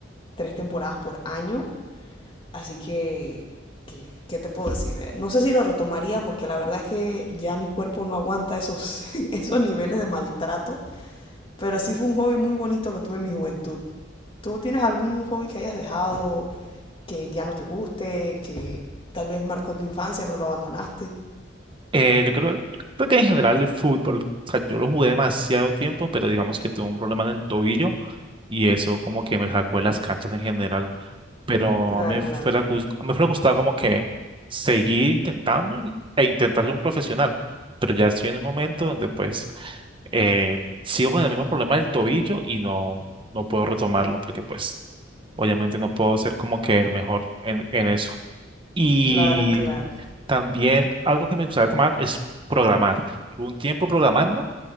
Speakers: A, on the left; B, on the right.
A: 3 temporadas por año. Así que, que- ¿qué te puedo decir? eh? No sé si lo retomaría porque la verdad es que ya mi cuerpo no aguanta esos, <laughs> esos niveles de maltrato, pero sí fue un hobby muy bonito que tuve en mi juventud. ¿Tú tienes algún hobby que hayas dejado, que ya no te guste, que tal vez marcó tu infancia pero lo abandonaste?
B: Eh, yo creo, yo creo que en general el fútbol, o sea, yo lo jugué demasiado tiempo, pero digamos que tuve un problema en el tobillo y eso como que me sacó de las canchas en general. pero
A: Claro,
B: a mí me
A: claro,
B: fuera, gus- me fuera gustado como que seguir intentando y- e intentar ser un profesional, pero ya estoy en el momento donde pues eh, sigo con el mismo problema del tobillo y no, no puedo retomarlo porque pues obviamente no puedo ser como que el mejor en, en eso. Y
A: claro, claro,
B: también algo que me gustaría tomar es programar. Tuve un tiempo programando